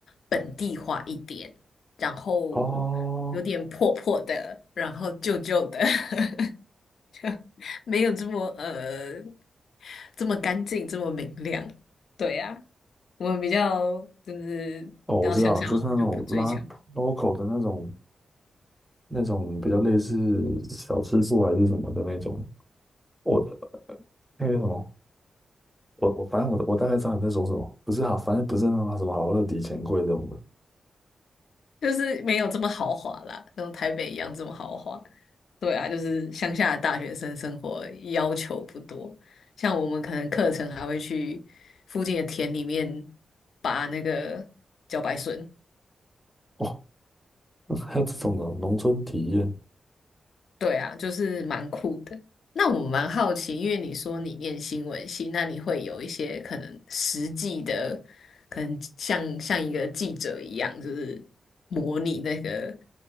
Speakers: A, on the left; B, in the centre.
A: 本地化一点，然后有点破破的，
B: 哦
A: 然后旧旧的，<laughs> 就没有这么呃这么干净，这么明亮。对呀，我们比较就是你知道乡下话，
B: 哦，我知道，就是那种拉
A: 我们就不追求。
B: local 的那种，那种比较类似小吃部还是什么的那种。我那个什么，我我反正我我大概知道你在说什么，不是好，反正不是那种什么好乐迪钱柜这种的。
A: 就是没有这么豪华啦，像台北一样这么豪华。对啊，就是乡下的大学生生活要求不多，像我们可能课程还会去附近的田里面拔那个茭白笋。
B: 哦，<laughs> 还有这种的农村体验，
A: 对啊，就是蛮酷的。那我蛮好奇，因为你说你念新闻系，那你会有一些可能实际的，可能像像一个记者一样，就是模拟那个